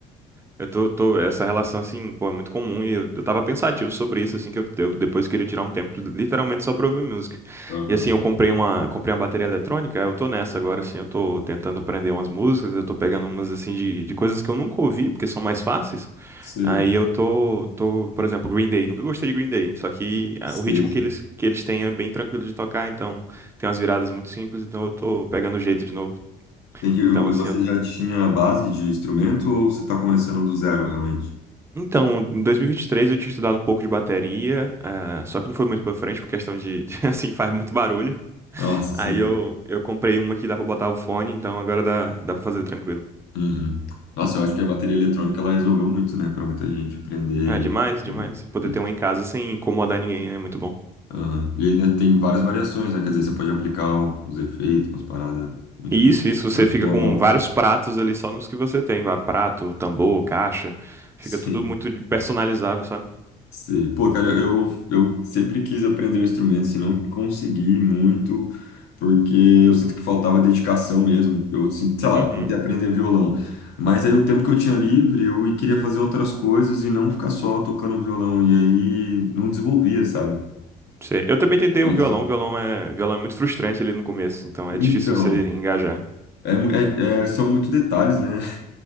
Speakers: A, on the right (about 15°); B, on the left (about 85°).
A: Eu tô, tô- essa relação, assim, pô, é muito comum e eu, eu tava pensativo sobre isso, assim, que eu, eu depois queria tirar um tempo literalmente só pra ouvir música.
B: Aham.
A: E assim, eu comprei uma, comprei uma bateria eletrônica, eu tô nessa agora, assim, eu tô tentando aprender umas músicas, eu tô pegando umas, assim, de, de coisas que eu nunca ouvi, porque são mais fáceis.
B: Sim,
A: Aí eu tô, tô, por exemplo, Green Day, nunca gostei de Green Day, só que ah,
B: sim.
A: o ritmo que eles, que eles têm é bem tranquilo de tocar, então tem umas viradas muito simples, então eu tô pegando o jeito de novo.
B: Entendi.
A: Então, assim,
B: Você
A: eu
B: já tinha a base de instrumento ou você tá começando do zero, realmente?
A: Então, em 2023 eu tinha estudado um pouco de bateria, eh, só que não foi muito pra frente por questão de, <laughs> de, assim, faz muito barulho.
B: Nossa,
A: Aí
B: sim.
A: eu, eu comprei uma que dá pra botar o fone, então agora dá, dá pra fazer tranquilo.
B: Uhum. Nossa, eu acho que a bateria eletrônica ela resolveu muito, né, para muita gente aprender
A: Ah,
B: e,
A: é demais, demais.
B: e,
A: Poder
B: e-
A: ter uma em casa sem incomodar ninguém é muito bom.
B: aham. E ainda tem várias variações, né? Quer dizer, você pode aplicar o- os efeitos, umas paradas, enfim,
A: E isso, isso,
B: pode
A: você fica
B: explorar
A: com
B: outras.
A: vários pratos ali só nos que você tem, vá, prato, tambor, caixa, fica
B: Sim.
A: tudo muito de- personalizável, sabe?
B: Sei. Pô, cara, eu, eu sempre quis aprender um instrumento, assim, não consegui muito, porque eu sinto que faltava dedicação mesmo. Eu sinto, sei lá,
A: Uhum.
B: tentei aprender violão. Mas aí o tempo que eu tinha livre, eu queria fazer outras coisas e não ficar só tocando violão. E aí não desenvolvia, sabe?
A: Sei. Eu também tentei
B: Mas,
A: o violão, o violão é, violão é muito frustrante ali no começo, então é
B: então,
A: difícil você engajar.
B: é, mu- é, é- são muitos detalhes, né?